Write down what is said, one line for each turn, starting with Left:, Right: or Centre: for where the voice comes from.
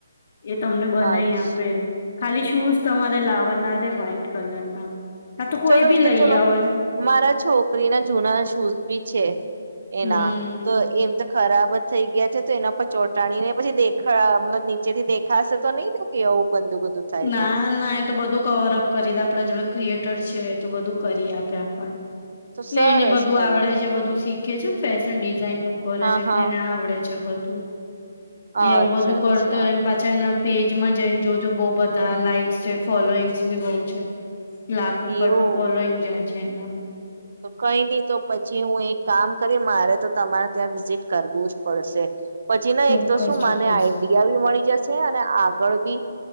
Left: એ તમને બનાઈ
Right: અચ્છા
Left: આપે ખાલી શૂઝ તમારે લાવાના રે વ્હાઈટ કલર ના. હા તો કોઈ
Right: ચલો
Left: બી
Right: એ તો
Left: લઈ
Right: ચલો.
Left: આવો એને
Right: મારા છોકરીના જૂના શૂઝ ભી છે. એના
Left: હમ
Right: તો એમ તો ખરાબ. બંધ થઈ ગયા છે, તો એના પર ચોંટાડી ને પછી દેખાય? મતલબ નીચે થી દેખાશે તો નહીં, ના કે આવું? ગંદુ ગંદુ થાય
Left: ના
Right: તો
Left: ના, એ તો બધું કવરઅપ કરી દેશે. આપડા જોડે ક્રિએટર. છે તો બધું કરી આપે આપણને. એટલે
Right: તો સરસ
Left: જ એને બધું
Right: પઈ
Left: આવડે છે, બધું શીખ. એ છેન ફેશન <unintelligible> ડિઝાઇન નું કરે
Right: હા
Left: છે એટલે
Right: હા
Left: એને આવડે છે. બધું એ
Right: અચ્છા
Left: આવું બધું
Right: અચ્છા
Left: કરતો રેને પાછા એના. પેજમાં જોઈ ને જોજો, બહું બધું. બધા લાઈક્સ છે, ફોલોઈંગ્સ બી બઉુ છે. લાખ ઉપર
Right: એવું
Left: તો ફોલોઈંગ જાય છે એના.
Right: તો કંઈ નહીં, તો પછી હું એક કામ કરી. મારે તો તમારે ત્યાં વિઝિટ કરવું જ પડશે. પછી ના
Left: ચોક્કસ
Right: એક તો શું
Left: ચોક્કસ
Right: મને આઈડિયા બી મળી જશે અને આગળ બી